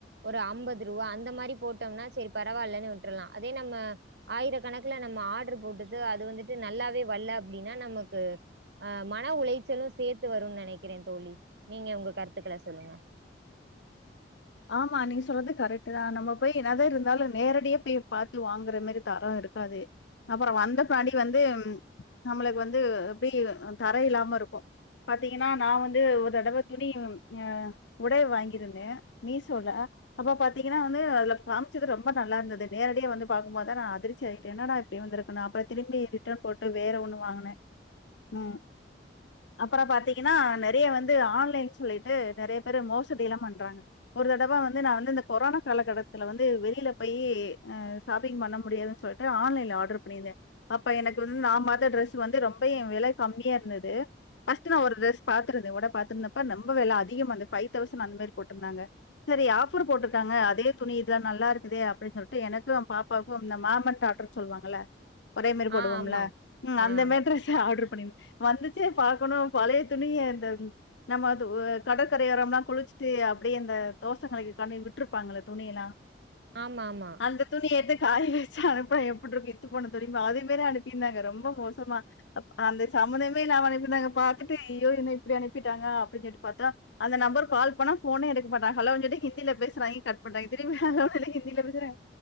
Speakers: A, on the right; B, on the left.
A: ஒரு அம்பது ரூவா அந்த மாதிரி போட்டம்னா செரி பரவால்லன் விட்டுரலா அதே நம்ம ஆயிரக்கணக்குல நம்ம ஆர்டரு போட்டுட்டு அது வந்துட்டு நல்லாவே வல்ல அப்டின்னா நமக்கு அ மன உளைச்சலு சேத்து வருன் நெனைக்கிறே தோழி நீங்க உங்க கருத்துக்கள சொல்லுங்க
B: ஆமா நீங்க சொல்றது கரெக்ட்தா நம்ம போய் என்னாதா இருந்தாலு நேரடியா போய் பாத்து வாங்குற மாரி தர இருக்காது அப்புற வந்த பின்னாடி வந்து நம்மளுக்கு வந்து எப்டி தர இல்லாம இருக்கு பாத்திங்கனா நா வந்து ஒரு தடவ துணி அ உடை வாங்கிருந்தே மீசோல அப்ப பாத்தீங்கன்னா வந்து அதுல காமிச்சது ரொம்ப நல்லா இருந்தது நேரடியே வந்து பாக்கு போதுதா நா அதிர்ச்சி ஆயிட்டே என்னடா இப்படி வந்திருக்கணு அப்றோ திரும்பி ரிட்டன் போட்டு வேற ஒன்னு வாங்குனே ம் அப்றோ பாத்தீங்கன்னா நெறைய வந்து ஆன்லைன் சொல்லிட்டு நெறையா பேரு மோசடில்லா பண்றாங்க ஒரு தடவ வந்து நா வந்து இந்த கொரோனா காலக்கட்டத்துல வந்து வெளில போய் ஷாப்பிங் பண்ண முடியாதுன் சொல்ட்டு ஆன்லைன்ல ஆர்டர் பண்ணிருந்தே அப்ப எனக்கு வந்து நா பாத்த டிரெஸ் வந்து ரொம்பயு வெலை கம்மியா இருந்துது ஃபஸ்ட் நா ஒரு ட்ரெஸ் பாத்திருந்த உட பாத்திருந்தப்ப நொம்ப வெலை அதிகமா இந்து ஃபைவ் தௌசண்ட் அந்த மாரி போட்ருந்தாங்க சரி ஆஃபர் போட்டுட்டாங்க அதே துணி இத்தா நல்லா இருக்குதே அப்படின் சொல்ட்டு எனக்கு எ பாப்பாக்கும் அ இந்த மாம் அன் டாட்டர் சொல்லுவாங்கல்ல ஒரே மாரி போடுவோம்ல
A: ஆ ஆமாம்.
B: ம்
A: ஆம்.
B: அந்த மாரி ட்ரஸ் ஆட்ரு பண்ணிரு வந்துச்சே பாக்கணு பழைய துணி இந்த நம்ம அ கடற்கரையோரம்ல்லா குளிச்சுட்டு அப்படியே அந்த தோஷ கழிக்கிற காண்டி விட்டுருப்பாங்கல்ல துணி எல்லா
A: ஆமாமா.
B: அந்த துணி எடு காய வெச்சு அனுப்புனா எப்புட்ருக்கு இத்து போன துணிமா அதே மாரி அனுப்பிருந்தாங்க ரொம்ப மோசமா அ அந்த சம்மந்தமே இல்லாம அனுப்பிருந்தாங்க பாத்துட்டு யயோ என்ன இப்புடி அனுப்பிட்டாங்க அப்டின் சொல்லிட்டு பாத்தா அந்த நெம்பர்க் கால் பண்ணா ஃபோனே எடுக் க மாட்டாங் ஹலோன் சொல்ட்டு ஹிந்தில பேசறாய்ங்க கட் பண்றாய்ங்க திரும்பி ஹலோங்றாய்ங்க ஹிந்தில பேசுறாங்க